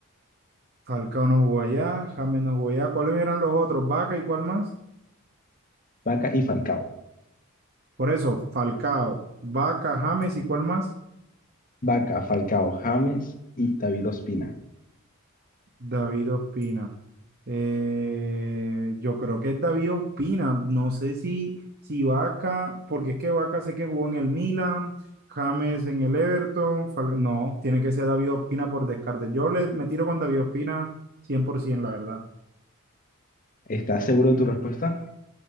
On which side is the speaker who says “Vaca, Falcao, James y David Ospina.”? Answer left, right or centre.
Left